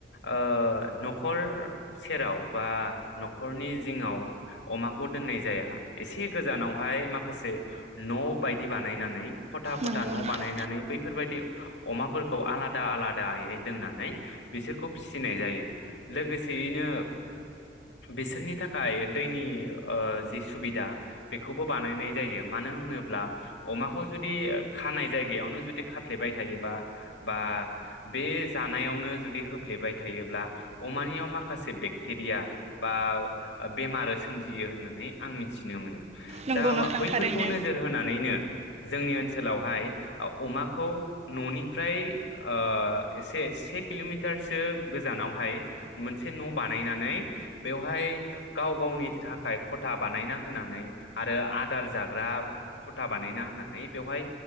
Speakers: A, on the left (about 75°); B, on the right (about 35°).
A: ओ नखर सेराव बा नखरनि जिङाव अमाखौ दोननाय जाया एसे गोजानावहाय माखासे न बायदि बानायनानै खथा खथा
B: नंगौ
A: न
B: नोंथां
A: बानायनानै बैफोरबायायदि अमाफोरखौ आ आलादा आलादायै दोननानै बिसोरखौ फिसिनाय जायो लोगोसेयैनो बिसोरनि थाखाय दैनि ओ जि सुबिदा बेखौबो बानायनाय जायो। मानो होनोब्ला अमाख खौ जुदि खानाय जायगायावनो जुदि खाफ्लेबाय थायोबा बा बे जानायावनो जुदि होफ्लेबाय थायोब्ला अमानियाव माखासे बेक्टेरिया बा बेमार सोमजियो होननानै आं मिथिनो मोनो
B: नंगौ
A: दा
B: नोंथां
A: बैफोर
B: थारैनो।
A: खौ नोजोर होनानैनो जोंनि ओन ओनसोलावहाय ओ अमाखौ ननि फ्राइ ओ एसे से किलमारसो गोजानावहाय मोनसे न बानायनानै बेवहाय गाव गावनि थाखाय खथा बानायना होनानै आरो आदार जा फ्राव खथा बानायना होनानै बेवहाय